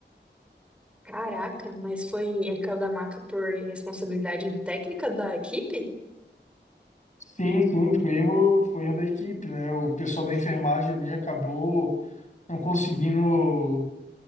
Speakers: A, in the centre; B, on the left.
A: Caraca, mas foi ele caiu da maca por responsabilidade técnica da equipe?
B: Sim, sim, foi erro, foi erro da equipe, né? O pessoal da enfermagem ali acabou não conseguindo